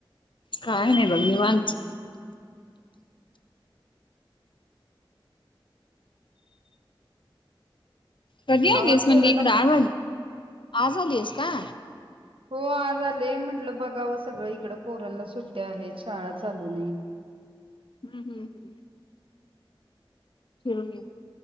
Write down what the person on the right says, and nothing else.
आवाज गेला
का मग?
हो हा झालं. ते म्हटलं बघावं सगळं इकडं पोराला सुट्टया आहेत. शाळा चालूू नाही.